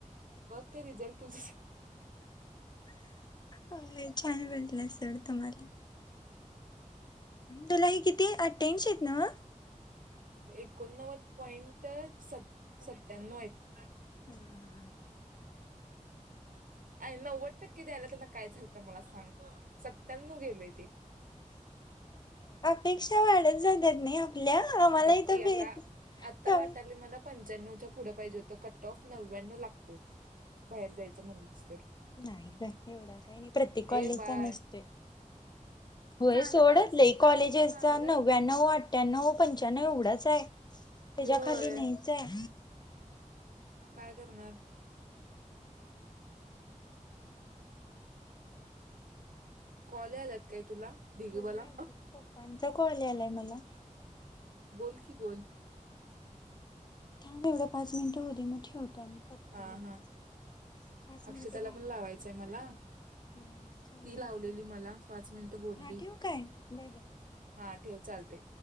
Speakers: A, on the right (about 85°); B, on the left (about 30°).
A: बग ते रिझल्ट तूझ
B: अ छान बरला सर तमला तीला ही किती अठ्यांशी आहेत न्हव
A: एकोणनव्वद पॉइंट स सत्याण्णव आहेत.
B: हा हा हा
A: अ नव्वद क आय त्यांना काय झालतं मला सांग. सत्यानव गेलेय ते
B: पेक्षा वाढत जातात नाही आपल्या आम्हाला
A: बकी
B: इथं भे
A: आता आता
B: कमी
A: वाटाले मला पंच्याण्णवच्या पुढं पाहिजे होत कट ऑफ नव्यानव लागतोय बाहेर जायचं म्हणलंस तर.
B: नाही का एवढा काही नाही प्रत्येक कॉलेजचा
A: ए बाळ
B: नसतोय व्हाय
A: चांगलं
B: सोड
A: आता
B: लय
A: चा
B: कॉलेजसचे
A: चांगलं
B: नव्यानव आठ्यानऊ पंच्यानऊ तेवढच हाय ह्यज्या
A: होय
B: खाली नाहीच हाय
A: काय करणार? कॉल याल्यात काय तुला भ
B: होय
A: बला
B: अगं पप्पांचा कॉल यालाय मला.
A: बोल की बोल <inaudible>
B: थांब एवढी पाच मिनिटं हो दे मग ठेवतो आणि करतो
A: हा
B: लगेच.
A: हा
B: पाच मिनिटं
A: अक्षताला
B: झालं
A: पण
B: की,
A: लावायचंय मला
B: हम्म चालतंय
A: ती लावलेली
B: थांब.
A: मला पाच मिनिट बोलली
B: हा ठेवू काय? Bye bye.
A: हा ठेव चालतय